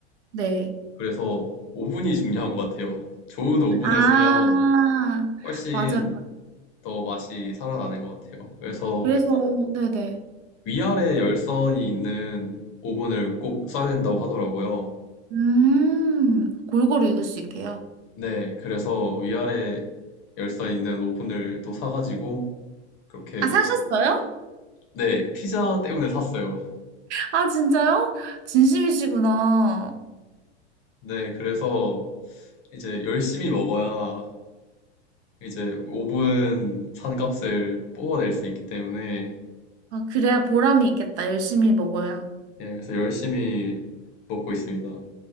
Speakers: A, on the right; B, on the left.
A: 네.
B: 그래서 오븐이 중요한 것 같아요. 좋은 오븐을
A: 아,
B: 쓰면 훨씬
A: 맞아요.
B: 더 맛이 살아나는 것 같아요. 그래서
A: 그래서, 네, 네.
B: 위아래 열선이 있는 오븐을 꼭 써야 된다고 하더라고요.
A: 음, 골고루 읽을 수 있게요.
B: 네, 그래서 위아래 열선 있는 오븐을 또 사가지고 그렇게
A: 아, 사셨어요?
B: 네, 피자 때문에 샀어요.
A: 아, 진짜요? 진심이시구나.
B: 네, 그래서 이제 열심히 먹어야 이제 오븐 산 값을 뽑아낼 수 있기 때문에
A: 아, 그래야 보람이 있겠다. 열심히 먹어야.
B: 예, 그래서 열심히 먹고 있습니다.